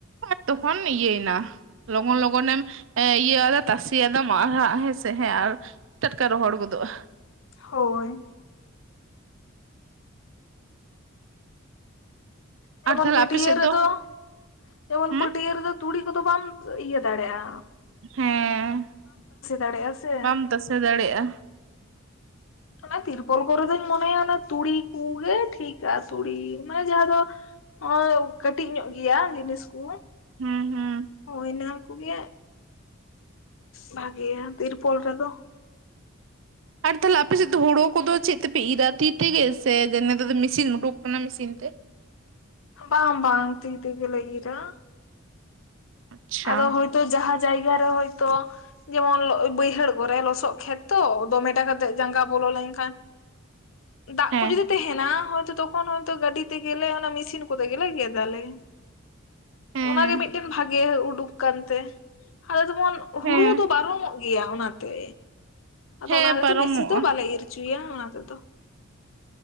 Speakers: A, on the right; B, on the left.
A: ᱟᱨ ᱛᱚᱠᱷᱚᱱ ᱤᱭᱟᱹᱭᱮᱱᱟ ᱞᱚᱜᱚᱱ ᱞᱚᱜᱚᱱᱮᱢ ᱮᱸ ᱤᱭᱟᱹ ᱟᱫᱟ ᱛᱟᱥᱮ ᱟᱫᱟᱢ ᱟᱨᱦᱟᱸᱜ ᱦᱮᱸᱥᱮ ᱦᱮᱸ ᱟᱨ ᱴᱟᱴᱠᱟ ᱦᱚᱦᱚᱲ ᱜᱚᱫᱚᱜᱼᱟ᱾
B: ᱦᱳᱭ᱾ ᱡᱮᱢᱚᱱ
A: ᱟᱨ ᱛᱟᱦᱞᱮ
B: ᱯᱟᱹᱴᱭᱟᱹ
A: ᱟᱯᱮ ᱥᱮᱫ
B: ᱨᱮᱫᱚ
A: ᱫᱚ
B: ᱡᱮᱢᱚᱱ
A: ᱦᱩᱸ
B: ᱯᱟᱹᱴᱭᱟᱹ ᱨᱮᱫᱚ ᱛᱩᱲᱤ ᱠᱚᱫᱚ ᱵᱟᱢ ᱤᱭᱟᱹ ᱫᱟᱲᱮᱜᱼᱟ᱾
A: ᱦᱮᱸ
B: ᱫᱟᱲᱮᱭᱟᱜᱼᱟ ᱥᱮ
A: ᱵᱟᱢ ᱛᱟᱥᱮ ᱫᱟᱲᱮᱜᱼᱟ᱾
B: ᱚᱱᱟ ᱛᱤᱨᱯᱚᱞ ᱠᱚᱨᱮ ᱫᱚᱧ ᱢᱚᱱᱮᱭᱟ ᱚᱱᱟ ᱛᱩᱲᱤ ᱠᱚᱜᱮ ᱴᱷᱤᱠᱟ ᱛᱩᱲᱤ ᱢᱟᱱᱮ ᱡᱟᱦᱟᱸ ᱫᱚ ᱦᱚᱸ ᱠᱟᱹᱴᱤᱡ ᱧᱚᱜ ᱜᱮᱭᱟ ᱡᱤᱱᱤᱥ ᱠᱩ᱾
A: ᱦᱩᱸ ᱦᱩᱸ
B: ᱦᱳᱭ ᱱᱟ ᱠᱚᱜᱮ ᱵᱷᱟᱹᱜᱤᱭᱟ ᱛᱤᱨᱯᱚᱞ ᱨᱮᱫᱚ᱾
A: ᱟᱨ ᱛᱟᱦᱞᱮ ᱟᱯᱮᱥᱮᱫ ᱫᱚ ᱦᱩᱲᱩ ᱠᱚᱫᱚ ᱪᱮᱫ ᱛᱮᱯᱮ ᱤᱨᱟ ᱛᱤ ᱛᱮᱜᱮ ᱥᱮ ᱡᱮᱱᱮᱛᱟᱨ ᱫᱚ ᱢᱤᱥᱤᱱ ᱩᱰᱩᱠ ᱠᱟᱱᱟ ᱢᱮᱥᱤᱱ ᱛᱮ?
B: ᱵᱟᱝ ᱵᱟᱝ ᱛᱤ ᱛᱮ ᱜᱮᱞᱮ ᱤᱨᱟ᱾
A: ᱟᱪᱪᱷᱟ
B: ᱟᱫᱚ ᱦᱳᱭᱛᱳ ᱡᱟᱦᱟᱸ ᱡᱟᱭᱜᱟ ᱨᱮ ᱦᱳᱭᱛᱳ᱾ ᱡᱮᱢᱚᱱ ᱵᱟᱹᱭᱦᱟᱹᱲ ᱠᱚᱨᱮ ᱞᱚᱥᱚᱜ ᱠᱷᱮᱛ ᱛᱚ ᱫᱚᱢᱮᱴᱟ ᱠᱟᱛᱮᱜ ᱡᱟᱸᱜᱟ ᱵᱚᱞᱚ ᱞᱮᱱᱠᱷᱟᱱ ᱫᱟᱜ
A: ᱦᱮᱸ
B: ᱠᱚ ᱡᱩᱫᱤ ᱛᱟᱦᱮᱸᱱᱟ ᱦᱚᱭᱛᱚ ᱛᱚ ᱠᱷᱚᱱ ᱦᱚᱸ ᱛᱚ ᱜᱟᱹᱰᱤ ᱛᱮᱜᱮᱞᱮ ᱚᱱᱮ ᱢᱤᱥᱤᱱ ᱠᱚᱛᱮ ᱜᱮᱞᱮ ᱜᱮᱫᱟᱞᱮ
A: ᱦᱮᱸ
B: ᱚᱱᱟ ᱜᱮ ᱢᱤᱫᱴᱮᱱ ᱵᱷᱟᱜ ᱜᱮ ᱩᱰᱩᱠᱟᱱ ᱛᱮ ᱟᱫᱚ ᱡᱮᱢᱚᱱ
A: ᱦᱮᱸ
B: ᱦᱩᱲᱩ ᱫᱚ ᱯᱟᱨᱚᱢᱚᱜ ᱜᱮᱭᱟ ᱚᱱᱟᱛᱮ᱾ ᱟᱫᱚ
A: ᱦᱮᱸ
B: ᱚᱱᱟ ᱛᱮᱫᱚ
A: ᱯᱟᱨᱚᱢᱚᱜᱼᱟ
B: ᱵᱮᱥᱤ ᱫᱚ ᱵᱟᱞᱮ ᱤᱨ ᱚᱪᱚᱭᱟ ᱚᱱᱟ ᱛᱮᱫᱚ᱾